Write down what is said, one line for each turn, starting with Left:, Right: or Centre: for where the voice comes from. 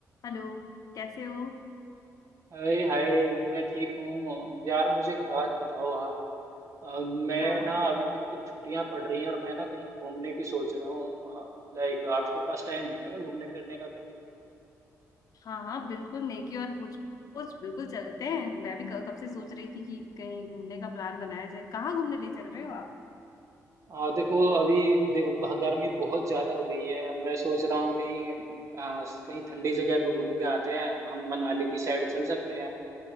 Left: Hello कैसे हो
Right: हाय hi मैं ठीक हूँ यार मुझे एक बात बताओ आप अ, मैं
Left: हाँ
Right: ना अभी मेरी कुछ छुट्टियां पड़ रही हैं और मैं ना कहीं घूमने की सोच रहा हूँ लाइक आपके पास टाइम है क्या घूमने फिरने का कहीं
Left: हाँ हाँ बिल्कुल नेकी और पूछ पूछ बिल्कुल चलते हैं मैं भी क- कब से सोच रही थी कि कहीं घूमने का प्लान बनाया जाए कहाँ घूमने ले चल रहे हो आप
Right: आ, देखो अभी देखो ब- गर्मी बहुत ज्यादा हो गई है मैं सोच रहा हूँ कहीं अ, कहीं ठंडी जगह पे घूम के आते हैं हम मनाली की साइड चल सकते हैं